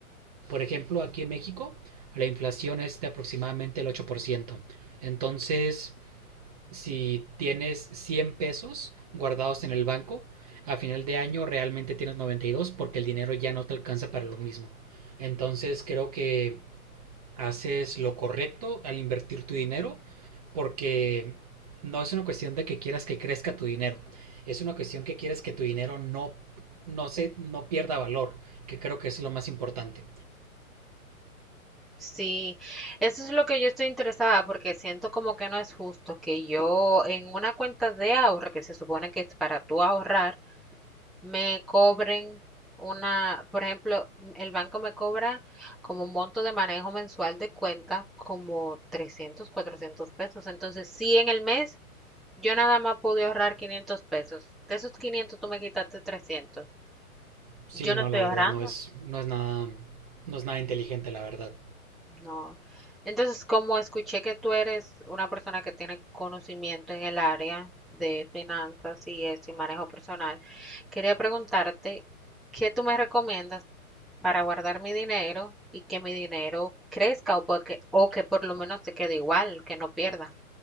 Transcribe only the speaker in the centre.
Sí, eso es lo que yo estoy interesada porque siento como que no es justo que yo en una cuenta de ahorro que se supone que es para tú ahorrar, me cobren una, por ejemplo, el banco me cobra como un monto de manejo mensual de cuenta como 300, 400 pesos. Entonces, si en el mes yo nada más pude ahorrar 500 pesos, de esos 500 tú me quitaste 300.
yo no
estoy
ahorrando.
No. Entonces, como escuché que tú eres una persona que tiene conocimiento en el área de finanzas y eso y manejo personal, quería preguntarte, ¿qué tú me recomiendas para guardar mi dinero y que mi dinero crezca o, porque- o que por lo menos se quede igual, que no pierda?